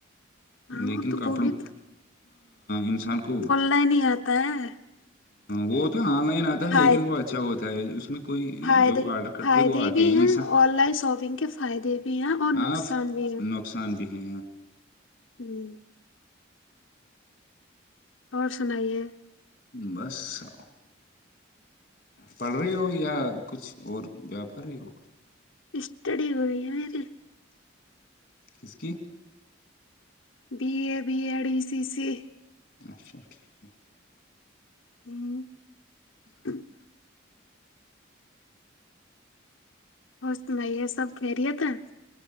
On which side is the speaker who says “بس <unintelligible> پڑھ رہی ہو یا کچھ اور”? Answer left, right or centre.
Left